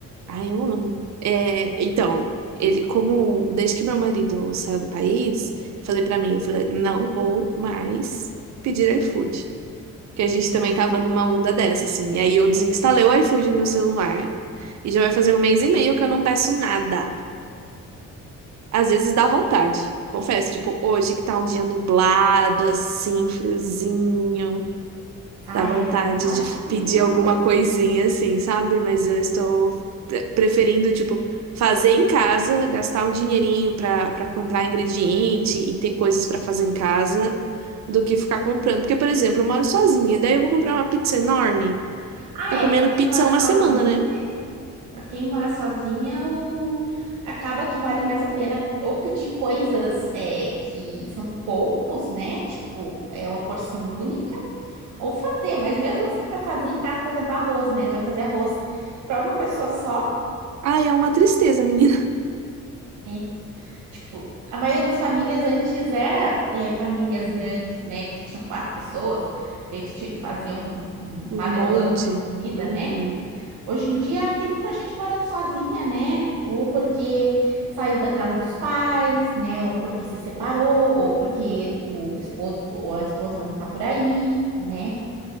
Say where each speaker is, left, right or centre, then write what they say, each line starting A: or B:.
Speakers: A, on the right (about 65°); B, on the right (about 85°).
A: Ah, eu amo. É, então, ele, como desde que meu marido saiu do país, falei pra mim, eu falei, não vou mais pedir iFood. Que a gente também
B: Ah,
A: tava numa onda dessa, assim. E aí eu desinstalei o iFood no meu celular e já vai fazer um mês e meio que eu não peço nada. Às vezes dá vontade, confesso. Tipo, hoje que tá um dia nublado, assim, friozinho.
B: ah,
A: Dá vontade
B: é, dá vontade
A: de
B: de pedir
A: pedir
B: uma
A: alguma
B: coisa.
A: coisinha assim, sabe? Mas eu estou pre- preferindo, tipo, fazer em casa, gastar um dinheirinho para para comprar ingrediente e ter coisas para fazer em casa, do que ficar comprando. Porque, por exemplo, eu moro sozinha, daí eu vou comprar uma pizza enorme,
B: Ah,
A: ficar
B: é,
A: comendo
B: pra quem
A: pizza
B: mora sozinha,
A: uma semana, né?
B: né? Pra quem mora sozinha, o... acaba que vale mais a pena ou pedir coisas é, que são poucos, né? Tipo, é uma porção única, ou fazer, mas mesmo assim, para fazer em casa, por exemplo, arroz, né? Tu vai fazer arroz para uma pessoa só,
A: Ai, é uma tristeza, <laughs> menina.
B: é, Tipo, a maioria das famílias antes era é, famílias grandes, né? Que tinha quatro pessoas, e aí tu tinha que fazer um, um
A: Um
B: panelão
A: monte.
B: de comida,
A: Uhum.
B: né? Hoje em dia tem muita gente morando sozinha, né? Ou porque saiu da casa dos pais, né? Ou porque se separou, ou porque o esposo ou a esposa não tá por aí, né?